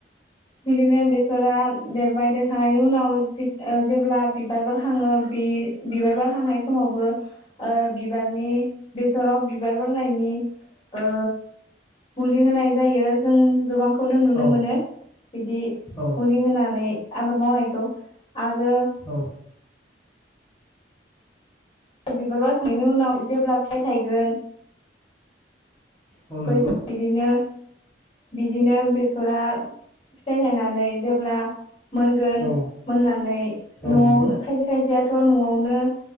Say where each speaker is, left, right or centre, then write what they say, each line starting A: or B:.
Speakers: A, on the left; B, on the left.
A: बिदिनो बेसरा देरबाय देरखांनायनि उनाव जेब्ला बिबार बारहाङो बि-बिबार बारहांनाय समावबो ओ बिबारनि बेसराव बिबार बारनायनि ओ मुलि होनाय जायो जों गोबां खौनो नुनो
B: औ
A: मोनो बिदि
B: औ
A: मुलि होनानै आबाद मावनायखौ आरो
B: औ
A: बिबार बारखांनायनि उनाव जेब्ला फिथाइ थायगोन
B: औ नंगौ
A: बै बिदिनो बिदिनो बेसरा फिथाइ थायनानै जेब्ला मोनगोन
B: औ
A: मोननानै
B: औ
A: नआवनो
B: नंगौ
A: खायसे खायसेयाथ‌ नआवनो